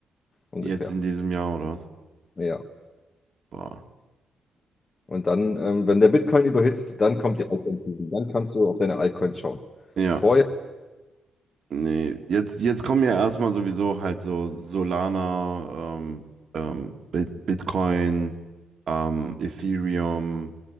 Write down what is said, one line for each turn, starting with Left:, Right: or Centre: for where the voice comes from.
Left: ungefähr.
Right: Jetzt in diesem Jahr oder was?
Left: Ja.
Right: Boah.
Left: Und dann, ähm, wenn der Bitcoin überhitzt, dann kommt die Altcoin-Season. Dann kannst du auf deine Altcoins schauen.
Right: Ja.
Left: Vorher
Right: Nee. Jetzt, jetzt kommen ja erstmal sowieso halt so Solana, ähm, ähm, Bit- Bitcoin, ähm, Ethereum,